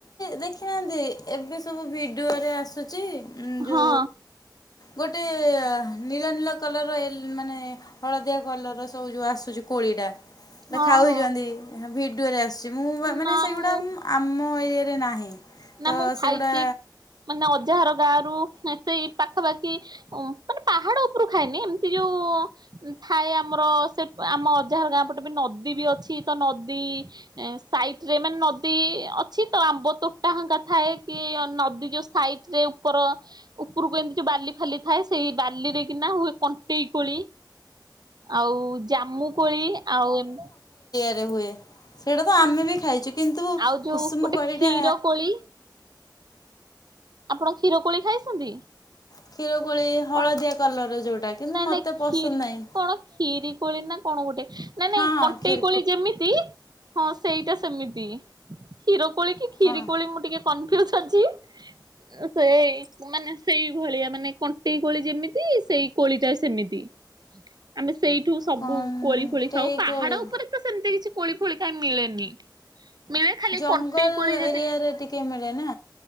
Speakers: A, on the left; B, on the right.
A: ଦେଖିନାହାନ୍ତି ଏବେ ସବୁ ଭିଡିଓରେ ଆସୁଛି। ଯେ
B: ହଁ।
A: ଯୋ ଗୋଟେ ନୀଳ ନୀଳ କଲର ର ମାନେ ହଳଦିଆ କଲର ସବୁ ଯେଉଁ ଆସୁଛି କୋଳିଟା ସେଟା
B: ହଁ
A: ଖାଉଛନ୍ତି
B: ହଁ
A: ଭିଡି ଭିଡିଓରେ ଆସୁ ମୁଁ ମାନେ
B: ନା
A: ସେଇଗୁଡା
B: ମୁଁ
A: ଆମ ରେ ନାହିଁ। ତ
B: ନା ମୁଁ ଖାଇଛି
A: ସେଗୁଡ଼ା
B: ମାନେ ଅଜାହର ଗାଁ ରୁ ସେଇ ପାଖାପାଖି ମାନେ ପାହାଡ଼ ଉପରୁ ଖାଇନି ଏମିତି ଯୋଉ ଥାଏ ଆମର ସେ ଆମ ଅଜାଘର ଗାଁ ପଟେ ବି ନଦୀ ବି ଅଛି ତ ନଦୀ ସାଇଟରେ ମାନେ ନଦୀ ଅଛି ତ ଆମ୍ବ ତୋ ଟା ହାଙ୍କା ଥାଏ କି ନଦୀ ଯୋଉ ସାଇଟରେ ଉପର ଉପରୁକୁ ଏମିତି ଯୋଉ ବାଲି ଫାଲି ଥାଏ ସେଇ ବାଲିରେ କିନା ହୁଏ କଣ୍ଟେଇ କୋଳି ଆଉ ଜାମୁ କୋଳି ଆଉ ଏମିତି
A: ରେ ହୁଏ ସେଇଟା ତ ଆମେ ବି ଖାଇଛୁ କିନ୍ତୁ
B: ଆଉ ଯୋଉ
A: କୁସୁମ
B: ଗୋଟେ
A: କୋଳଟା
B: କ୍ଷୀର କୋଳି ଆପଣ କ୍ଷୀର କୋଳି ଖାଇଛନ୍ତି
A: କ୍ଷୀର କୋଳି ହଳଦିଆ
B: କଣ
A: କଲର ଯୋଉଟା କିନ୍ତୁ
B: ନାଇଁ
A: ମତେ
B: ନାଇଁ କ୍ଷୀରି
A: ପସନ୍ଦ ନାହିଁ
B: କଣ କ୍ଷୀରି କୋଳି ନା କଣ ଗୋଟେ ନାଇ ନାଇଁ
A: ହଁ ହଁ
B: କଣ୍ଟେଇ
A: କ୍ଷୀର
B: କୋଳି ଯେମିତି ହଁ ସେଇଟା ସେମିତି ହିରୋ କୋଳି କି କ୍ଷୀରି
A: ହଁ।
B: କଳି ମୁଁ ଟିକେ <unintelligible> ସେଇ ମାନେ ସେଇଭଳିଆ ମାନେ କଣ୍ କଣ୍ଟେଇକୋଳି ଯେମିତି ସେଇ କୋଳିଟା ସେମିତି ଆମେ ସେଇଠୁ ସବୁ
A: କଣ୍ଟେଇ
B: କୋଳି ଫୋଳି ଖାଉ ପାହାଡ
A: କୋଳି
B: ଉପରେ ତ ସେମିତି କିଛି କୋଳି ଫୋଳି କାଇ ମିଳେନି। ମିଳେ ଖାଲି
A: ଜଙ୍ଗଲ
B: କଣ୍ଟେଇ କୋଳି ଯଦି
A: ଏରିଆରେ ଟିକେ ମିଳେ ନା।